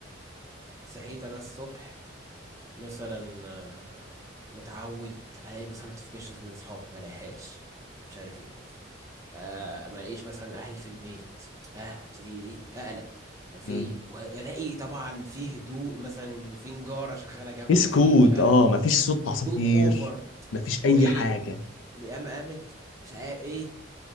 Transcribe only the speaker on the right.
صحيت انا الصبح مثلا آه، متعود الاقي مثلا نوتيفيكيشنز من اصحاب ما الاقيهاش مش عارف ايه آه ما الاقيش مثلا اهلي في البيت اه ابتدي ايه اقلق وفي
ايه والاقي طبعا في هدوء مثلا في نجارة شغالة جنبي
في مش عارف
في
هدوء اوفر
هو
ايه
القيامة قامت مش عارف ايه